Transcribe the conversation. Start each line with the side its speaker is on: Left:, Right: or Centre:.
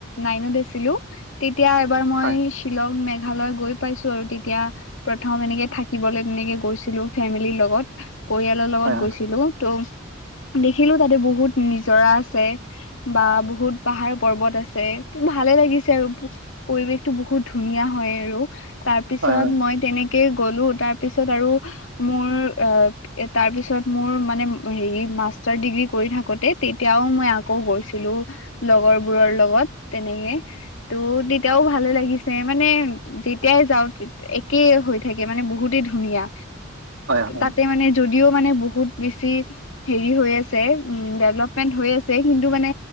Left: নাইন অত আছিলোঁ। তেতিয়া এবাৰ মই
Right: হয়।
Left: শ্বিলং মেঘালয় গৈ পাইছো আৰু তেতিয়া প্ৰথম এনেকে থাকিবলে তেনেকে গৈছিলো ফেমিলিৰ লগত। পৰিয়ালৰ লগত
Right: হয়
Left: গৈছিলো। ত' দেখিলো তাতে বহুত নিজৰা আছে। বা বহুত পাহাৰ পৰ্বত আছে ভালে লাগিছে আৰু। পৰিৱেশতটো বহুত ধুনীয়া হয় আৰু তাৰ পিছত
Right: হয়।
Left: মই তেনে কে, গ'লো তাৰ পিছত আৰু মোৰ আ, এ, তাৰপিছত মোৰ মানে ম হেৰি মাষ্টাৰ ডিগ্ৰী কৰি থাকোতে তেতিয়াও মই আকৌ গৈছিলো। লগৰবোৰৰ লগত তেনেকে। তো' তেতিয়াও ভালে লাগিছে। মানে যেতিয়াই যাওঁ তিত একে হৈ থাকে মানে বহুতে ধুনীয়া।
Right: হয় হয় হয় হয়
Left: তাতে মানে যদিও মানে বহুত বেছি হেৰি হৈ আছ চে, উম, ডেভলপমেণ্ট হৈ আছে। কিন্তু মানে